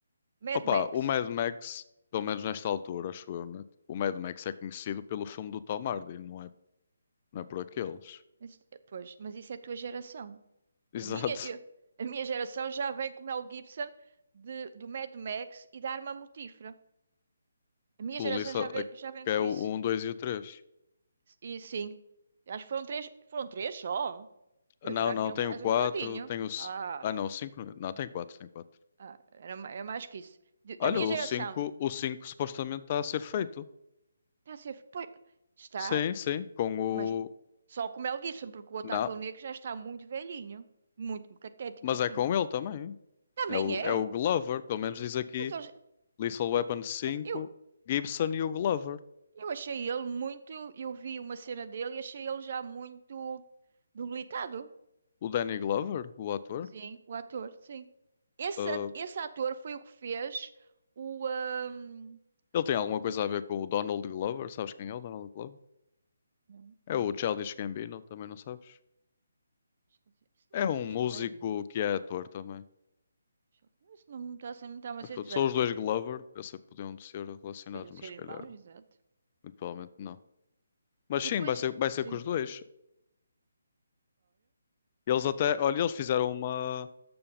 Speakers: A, on the right; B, on the left.
A: Mad
B: Opa,
A: Max.
B: o Mad Max, pelo menos nesta altura, acho eu, né? O Mad Max é conhecido pelo filme do Tom Hardy, não é, não é por aqueles.
A: Mas, eh, pois, mas isso é a tua geração.
B: <laughs> Exato.
A: A minha, eu- a minha geração já vem com o Mel Gibson de, do Mad Max e da Arma Mortífera. A minha
B: O
A: geração
B: Lisa,
A: já vem, já vem
B: que
A: com
B: é o
A: isso.
B: um, 2 e o três.
A: E sim, acho que foram três, foram três só.
B: Ah
A: Eu
B: Não,
A: já
B: não,
A: que era
B: tem
A: mais
B: o 4,
A: um bocadinho.
B: tem o. c-
A: Ah,
B: Ah, não, o cinco Não, tem quatro tem quatro.
A: ah, era, ma- era mais que isso. De-
B: Olha,
A: a minha
B: o
A: geração
B: cinco, o cinco supostamente está a ser feito.
A: está a ser. Pois, está.
B: Sim, sim, com o.
A: Mas só com o Mel Gibson, porque o outro
B: Não,
A: ator negro já está muito velhinho, muito catético
B: mas
A: assim.
B: é com ele também.
A: Também
B: É o,
A: é,
B: é o Glover, pelo menos diz aqui
A: mas, eu,
B: Lethal Weapon 5,
A: mas eu,
B: Gibson e o Glover.
A: eu achei ele muito. Eu vi uma cena dele e achei ele já muito debilitado.
B: O Danny Glover, o ator.
A: Sim, o ator, sim. Esse,
B: ah,
A: a- esse ator foi o que fez o. ahm,
B: ele tem alguma
A: o
B: coisa a ver com o Donald Glover? Sabes quem é o Donald Glover?
A: não,
B: É
A: quem?
B: o Childish Gambino, também não sabes?
A: Deixa eu ver, Esse
B: É
A: nome
B: um
A: não é
B: músico
A: estranho.
B: que é ator também.
A: Deixa eu ver, Esse nome não está a ser- não está mais
B: Mas pronto,
A: estranho.
B: são os dois Glover, pensei que podiam ser relacionados,
A: Podiam
B: mas
A: ser
B: se
A: irmãos,
B: calhar,
A: exato.
B: muito provavelmente não. Mas sim,
A: E depois,
B: vai ser, vai ser
A: sim,
B: com os dois. Eles até, olha, eles fizeram uma,